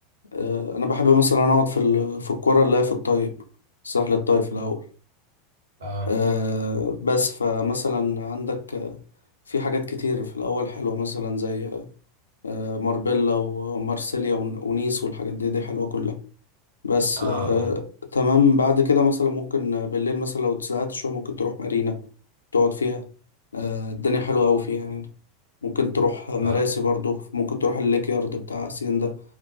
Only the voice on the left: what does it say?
آه، انا بحب مثلا اقعد في ال... في الكرة اللي هي في الطيب، الساحل الطيب في الاول،
آه، بس فمثلا عندك آه، في حاجات كتير في الاول حلوة مثلا زي آه، ماربيلا ومارسيليا ون- ونيس والحاجات دي دي حلوة كلها بس
آه،
تمام بعد كده مثلا ممكن آه، بالليل مثلا لو اتزهقت شوية ممكن تروح مارينا تقعد فيها آه، الدنيا حلوة أوي فيها يعني ممكن تروح مراسي
برضو ممكن تروح الليك يارد بتاع سين ده